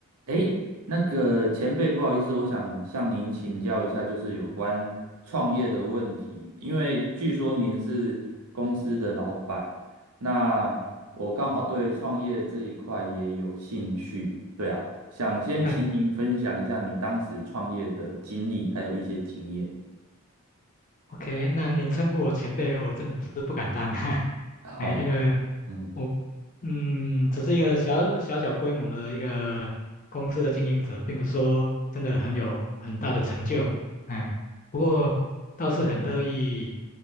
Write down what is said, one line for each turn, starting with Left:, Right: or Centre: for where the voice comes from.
Right: 诶，那个前辈，不好意思，我想向您请教一下，就是有关创业的问题。因为据说您是公司的老板，那我刚好对创业这一块也有兴趣。对啊，想先请您分享一下你当时创业的经历，
Left: 哎
Right: 还有一些经验。
Left: ，OK，那您称呼我前辈，我真的是不敢当啊，<laughs>
Right: 好，
Left: 哎，因为
Right: 嗯，
Left: 我，嗯，只是一个小小小规模的一个公司的经营者，并不是说真的很有很大的成就，哎，不过倒是很乐意